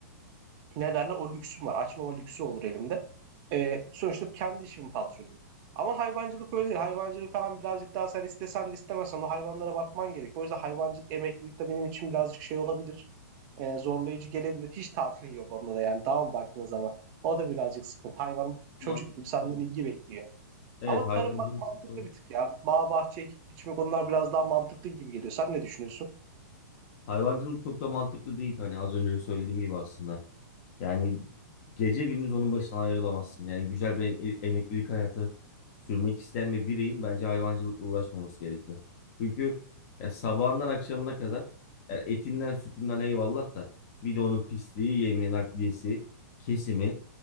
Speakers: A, on the right (about 40°); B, on the left (about 45°).
A: ne derler o lüksüm var. Açmama lüksü olur elimde. Ee, sonuçta kendi işimin patronuyum. Ama hayvancılık öyle değil. Hayvancılık falan birazcık daha sen istesen de istemesen o hayvanlara bakman gerek. O yüzden hayvancılık emeklilik de benim için birazcık şey olabilir. Ee, zorlayıcı gelebilir. Hiç tatilin yok onda da yani. daha mı baktığın zaman. O da birazcık sıkıntı. Hayvan çocuk
B: Mantıklı
A: gibi senden
B: değil.
A: ilgi bekliyor.
B: Evet
A: Ama
B: hayvancılık
A: tarım bak mantıklı
B: çok da,
A: bir tık ya. Bağ bahçe ekip biçmek onlar biraz daha mantıklı gibi geliyor. Sen ne düşünüyorsun?
B: hayvancılık çok da mantıklı değil. Hani az önce söylediğim gibi aslında. Yani gece gündüz onun başından ayrılamazsın. Yani güzel bir em- emeklilik hayatı sürmek isteyen bir bireyin bence hayvancılıkla uğraşmaması gerekiyor. Çünkü ya sabahından akşamına kadar ya etinden sütünden eyvallah da bir de onun pisliği, yemi, nakliyesi, kesimi,